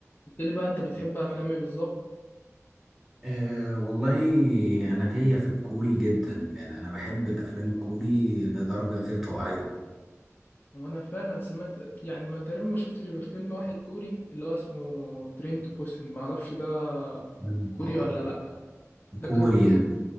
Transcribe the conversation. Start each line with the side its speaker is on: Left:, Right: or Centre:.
Left: قلت لي بقى انت بتحب افلامي بالظبط
Centre: أه والله أنا ليا في الكوري جدا يعني أنا بحب الأفلام الكوري لدرجة غير طبيعية
Left: وانا فعلا سمعت يعني ما تقريبا ما شفتش غير فيلم واحد كوري اللي هو اسمه ترين تو بوسن ما اعرفش ده
Centre: مم.
Left: كوري
Centre: آه،
Left: ولا لا ده
Centre: كوري
Left: كان كوري